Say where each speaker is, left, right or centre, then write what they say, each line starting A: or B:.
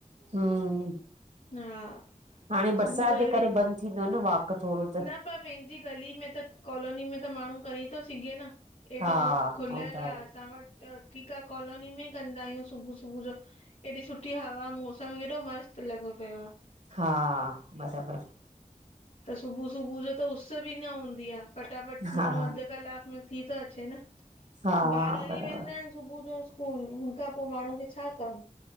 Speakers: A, on the right; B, on the left.
A: हं,
B: हा।
A: हाणे
B: सुबुह
A: बरसाति
B: जो अहिड़ी
A: जे करे बंदि थींदो न वॉक थोड़ो त,
B: न पर पंहिंजी गली में त कॉलोनी में त माण्हू करे तो सघे न, एॾो
A: हा
B: खुलियल
A: उहो त आहे
B: आ असां वटि त ठीकु आ कॉलोनी में ई कंदा आहियूं, सुबुह सुबुह जो एॾी सुठी हवा मौसम हेॾो मस्त लॻो पियो आ।
A: हा बराबर,
B: त सुबुह सुबुह जो त उस बि न हूंदी आ, फटाफट
A: हा
B: माण्हू अधु कलाकु थी तो अचे न
A: हा
B: ॿार हली
A: बराबर
B: वेंदा आहिनि, सुबुह जो स्कूल हुन खां पो माण्हू खे छा कम